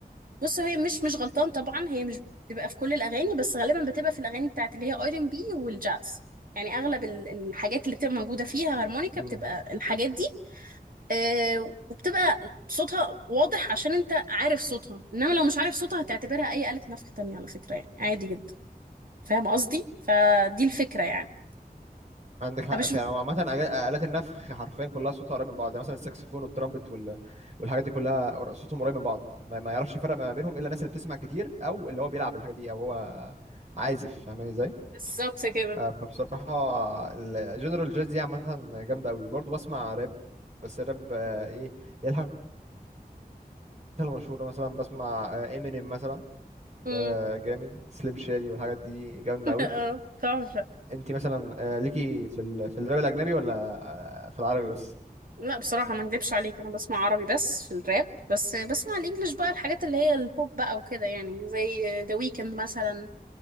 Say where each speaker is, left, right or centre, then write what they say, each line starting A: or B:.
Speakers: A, on the right; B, on the right.
A: بص هي مش مش غلطان طبعا هي مش بتبقى في كل الاغاني بس غالبا بتبقى في الاغاني بتاعت اللي هي ار ام بي والجاز يعني اغلب ال- الحاجات اللي بتبقى موجودة فيها هارمونيكا
B: امم
A: بتبقى الحاجات دي آه وبتبقى صوتها واضح عشان انت عارف صوتها انما لو مش عارف صوتها هتعتبرها اي آلة نفخ تانية على فكرة يعني عادي جدا فاهم قصدي فدي الفكرة يعني
B: عندك حق
A: فمش
B: فعلا هو عامه أج- آلات النفخ حرفيا كلها صوتها قريب من بعض يعني مثلا الساكسفون والترامبت وال... والحاجات دي كلها قر- صوتهم قريب من بعض ما, ما يعرفش يفرق ما بينهم الا الناس اللي بتسمع كتير او اللي هو بيلعب الحاجه دي او هو عازف فاهماني ازاي
A: بالظبط كده
B: آه، فبصراحة الجنرال جاز دي عامة جامدة أوي برضه بسمع راب بس الراب آه، إيه هي الحاجات المشهورة مثلا بسمع امينيم مثلا ده
A: امم
B: جامد سليم شادي والحاجات دي جامدة
A: <laughs>
B: أوي
A: اه تحفة
B: أنت مثلا آه، ليكي في ال... في الراب الأجنبي ولا آه، في العربي بس؟
A: لا بصراحة ما اكدبش عليك انا بسمع عربي بس في الراب بس بسمع الانجليش بقى الحاجات اللي هي البوب بقى وكده يعني زي ذا ويكند مثلا